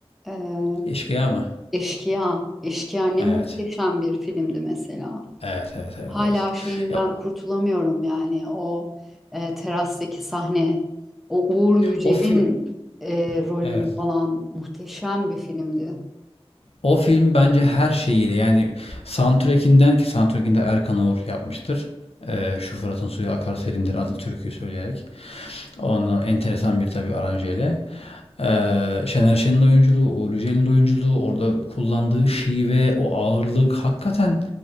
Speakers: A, in the centre; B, on the left (about 70°).
A: Ee,
B: Eşkıya mı?
A: Eşkıya. Eşkıya ne
B: Evet.
A: muhteşem bir filmdi mesela.
B: Evet, evet, evet,
A: Hala
B: evet.
A: şeyinden
B: Ya
A: kurtulamıyorum yani o e, terastaki sahne. O Uğur Yücel'in
B: O fi
A: e, rolünü
B: evet.
A: falan muhteşem bir filmdi.
B: O film bence her şeyiyle yani soundtrack'inden ki soundtrack'inde Erkan Oğur yapmıştır. Ee, Şu Fırat'ın suyu akar serindir adlı türküyü söyleyerek. Onu enteresan bir tabii aranjeyle. Ee, Şener Şen'in oyunculuğu, Uğur Yücel'in oyunculuğu, orada kullandığı şive, o ağırlık hakikaten